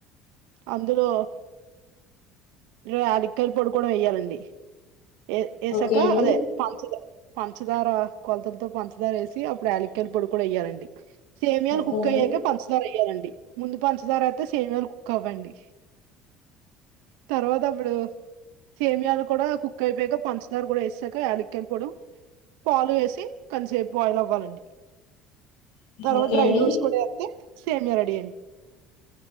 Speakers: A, on the right (about 80°); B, on the left (about 75°).
A: అందులో యాలక్కాయ్ పొడి కూడా వెేయ్యాలండి ఏ ఏసక
B: ఓకే అండి
A: అదే ఫంచద పంచదార కొలతలతో పంచదార వేసి అప్పుడు యాలక్కయల పొడి కూడా ఎయ్యాలాండి సేమియాలు
B: ఓకే
A: కుక్
B: అండి
A: అయ్యాక పంచదార అయ్యాలండి ముందు పంచదారా యితే సేమ్ వేలు కుక్ అవండి తర్వాత అప్పుడు సేమియాలు కూడా కు వేగా పంచదారు కూడా వేసాక యాలక్కయలు పోడు పాలు వేసి కొంతసేపు బాయిల్ అవ్వాలండి తర్వాత
B: ఓకే
A: డ్రై
B: అండి
A: ఫ్రూట్స్ కూడా ఎతే సేమీయా రెడీ అండి